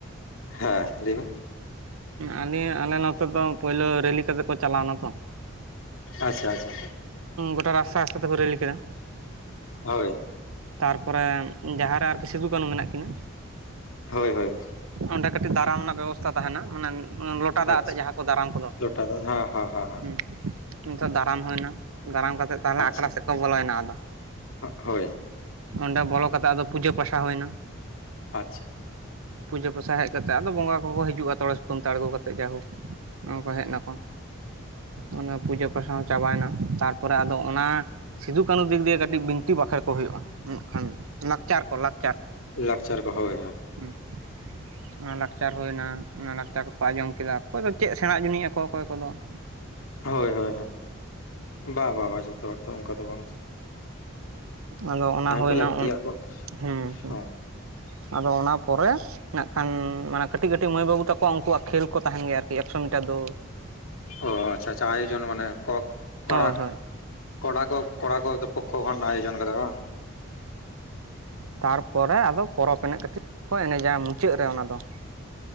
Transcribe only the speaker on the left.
ᱦᱮᱸ ᱞᱟᱹᱭᱵᱮᱱ
ᱟᱪᱪᱷᱟ ᱟᱪᱪᱷᱟ
ᱦᱳᱭ
ᱦᱳᱭ ᱦᱳᱭ
ᱟᱪᱪᱷᱟ
ᱞᱚᱴᱟ ᱫᱚ ᱦᱮᱸ ᱦᱮᱸ ᱦᱮᱸ
ᱟᱪᱪᱷᱟ
ᱦᱳᱭ
ᱟᱪᱷᱟ
ᱞᱟᱠᱪᱟᱨ ᱠᱚ ᱦᱳᱭ
ᱦᱳᱭ-ᱦᱳᱭ, ᱵᱟ-ᱵᱟ ᱵᱟ ᱡᱚᱛᱚ ᱦᱚᱲ ᱫᱚ ᱚᱱᱠᱟ ᱫᱚ ᱵᱟᱝ
ᱚᱱᱟ
ᱠᱚ ᱞᱟᱠᱛᱤᱭᱟ ᱠᱚ
ᱦᱚ,
ᱚ ᱟᱪᱪᱷᱟ ᱟᱪᱪᱷᱟ ᱟ ᱟᱭᱚᱡᱚᱱ ᱢᱟᱱᱮ ᱠᱚ ᱠᱚᱨᱟᱠ
ᱠᱚᱲᱟ ᱠᱚ ᱠᱚᱲᱟ ᱠᱚ ᱯᱚᱠᱚ ᱠᱷᱚᱱ ᱟᱭᱚᱡᱚᱱ ᱠᱟᱫᱟ ᱠᱚ ᱵᱟᱝ?